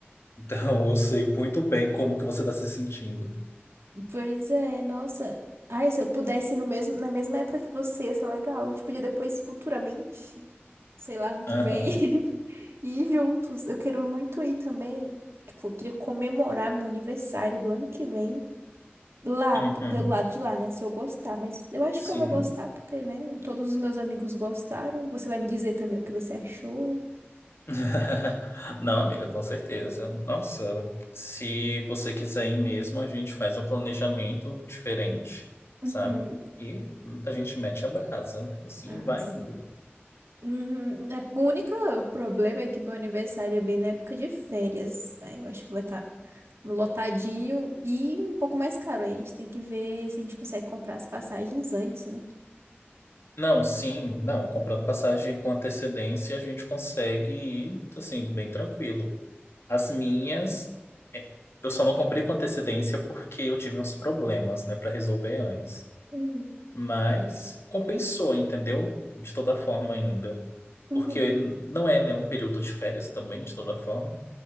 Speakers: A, on the left (about 75°); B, on the right (about 75°).
A: Então <laughs> eu sei muito bem como que você está se sentindo.
B: Pois é, nossa. Ai, se eu pudesse ir no mesmo, na mesma época que você, ia ser legal. A gente podia depois, futuramente, sei lá, no que
A: Aham.
B: vem, <laughs> ir juntos. Eu quero muito ir também. Tipo, eu queria comemorar meu aniversário do ano que vem lá,
A: Uhum.
B: p- pelo lado de lá, né? Se eu gostar. Mas eu acho
A: Sim.
B: que eu vou gostar porque, né? Todos os meus amigos gostaram. Você vai me dizer também o que você achou.
A: <laughs> Não, amiga, com certeza. Nossa, se você quiser ir mesmo, a gente faz um planejamento diferente,
B: Uhum.
A: sabe? E a gente mete a brasa, assim,
B: Ai,
A: e vai indo.
B: Uhum. né, O único problema é que meu aniversário é bem na época de férias, né? Eu acho que vai estar lotadinho e um pouco mais caro. Aí a gente tem que ver se a gente consegue comprar as passagens antes, né?
A: Não, sim, não, comprando passagem com antecedência, a gente consegue ir, assim, bem tranquilo. As minhas, é, eu só não comprei com antecedência porque eu tive uns problemas, né, para resolver antes.
B: Uhum.
A: Mas compensou, entendeu? De toda forma ainda.
B: Uhum.
A: porque não é né, um período de férias também, de toda forma,